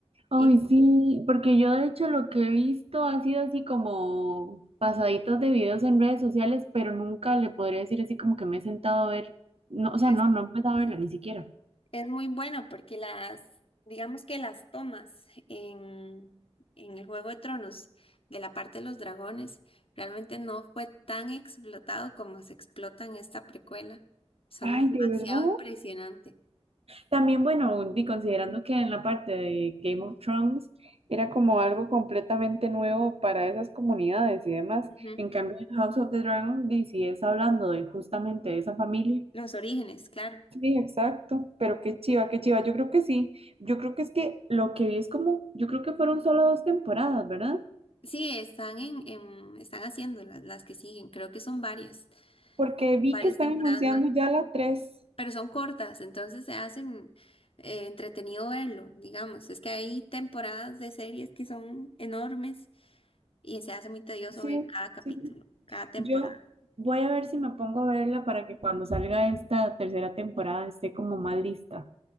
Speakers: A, on the right; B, on the left.
A: Ay,
B: Y
A: sí, porque yo de hecho lo que he visto ha sido así como pasaditos de videos en redes sociales, pero nunca le podría decir así como que me he sentado a ver, no, o sea,
B: es
A: no, no he empezado a verla ni siquiera.
B: Es muy bueno porque las, digamos que las tomas en, en el Juego de Tronos de la parte de los dragones realmente no fue tan explotado como se explota en esta precuela. Son
A: Ay,
B: demasiado
A: ¿de verdad?
B: impresionantes.
A: También, bueno, di- considerando que en la parte de Game of Thrones, Era como algo completamente nuevo para esas comunidades y demás.
B: Ujú.
A: en cambio en House of the Dragon, di, si es hablando de justamente de esa familia.
B: Los orígenes, claro.
A: Sí, exacto, pero qué chiva, qué chiva, yo creo que sí, yo creo que es que lo que vi es como, yo creo que fueron solo dos temporadas, ¿verdad?
B: Sí, están en, en- están haciendo las, las que siguen. Creo que son varias,
A: Porque vi
B: varias
A: que están
B: temporadas
A: anunciando
B: más,
A: ya la tres,
B: pero son cortas, entonces se hacen eh, entretenido verlo, digamos. Es que hay temporadas de series que son enormes y se hace muy tedioso
A: sí,
B: ver cada capítulo,
A: sí.
B: cada temporada,
A: Yo voy a ver si me pongo a verla para que cuando salga esta tercera temporada esté como más lista